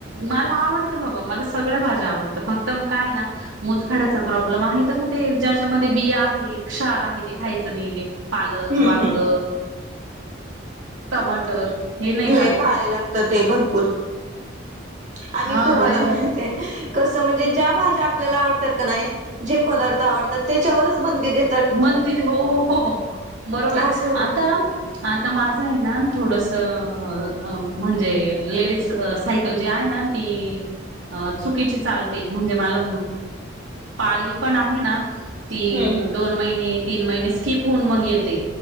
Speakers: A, on the right (about 80°); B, on the right (about 40°).
A: मला आवडतं बाबा. मला सगळ्या भाज्या आवडतं. फक्त म काय ना. मतखाड्याचा प्रॉब्लेम आहे त. म ते ज्याच्यामध्ये बिया आहे. क्षार आहे. ते खायचं नाही ते. पालक,
B: हम्म
A: वांग,
B: हम्म
A: टमाटर. हे नाही
B: लय
A: खात
B: पाळाय लागत ते भरपूर. आणि
A: हा
B: तुम्हाला
A: नाही
B: माहिते
A: तर
B: कस म्हणजे, ज्या भाज्या आपल्याला आवडतात का नाही. जे पदार्थ आवडतात. त्याच्यावरच बंदी दे
A: बंदी. हो बरोबर.
B: असं होत
A: आता आता माझंय ना. थोडस म्हणजे लेडीज सायकल जी आहे ना. ती अ चुकीची चालते. म्हणजे मला पाळी पण आहे ना. ती
B: हम्म हम्म
A: दोन महिने. तीन महिने. स्किप होऊन मग येते.